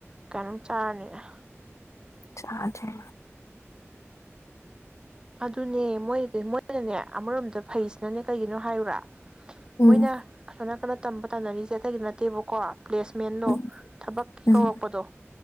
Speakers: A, on the right; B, on the left.
A: ꯀꯩꯅꯣꯝ ꯆꯥꯔꯅꯤꯅ
B: ꯆꯥꯖ
A: ꯑꯗꯨꯅꯦ ꯃꯣꯏꯗꯤ ꯃꯣꯏꯅꯅꯦ ꯑꯃꯔꯣꯝꯗ ꯐꯩꯁꯤꯅꯅꯦ ꯀꯩꯒꯤꯅꯣ ꯍꯥꯏꯔꯨꯔꯥ
B: ꯎꯝ
A: ꯃꯣꯏꯅ ꯁꯅ ꯀꯩꯅꯣ ꯇꯝꯕ ꯇꯥꯟꯅꯔꯤꯁꯦ ꯑꯇꯩꯗꯤ ꯅꯠꯇꯦꯕꯀꯣ ꯄ꯭ꯂꯦꯁꯃꯦꯟꯗꯣ
B: ꯎꯝ
A: ꯊꯕꯛꯀꯤ
B: ꯎꯝ
A: ꯀꯧꯔꯛꯄꯗꯣ